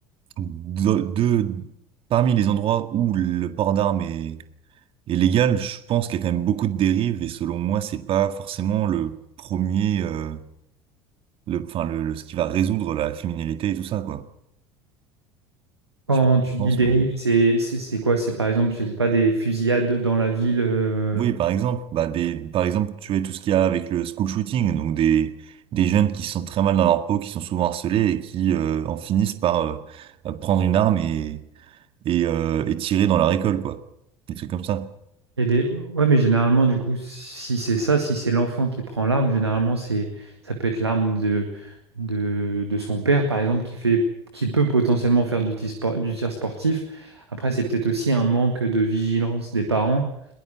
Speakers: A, on the right; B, on the right.
A: de, de- parmi les endroits où le port d'armes est et légal, je pense qu'il y a quand même beaucoup de dérives et selon moi, c'est pas forcément le premier, euh, le, enfin le, le- ce qui va résoudre la criminalité et tout ça quoi.
B: Quand
A: Je sais pas ce que tu
B: tu
A: penses,
B: dis dérive,
A: mais
B: c'est, c'est, c'est quoi? C'est par exemple, je sais pas, des fusillades dans la ville, euh,
A: oui, par exemple, bah des, par exemple, tu vois tout ce qu'il y a avec le school shooting, donc des des jeunes qui se sentent très mal dans leur peau, qui sont souvent harcelés et qui euh, en finissent par euh, prendre une arme et et, euh, et tirer dans leur école quoi, des trucs comme ça.
B: Et des... Ouais, mais généralement, du coup, si c'est ça, si c'est l'enfant qui prend l'arme, généralement, c'est ça peut être l'arme de... De... de son père, par exemple, qui fait... qui peut potentiellement faire du tir spor- du tir sportif. Après, c'est peut-être aussi un manque de vigilance des parents.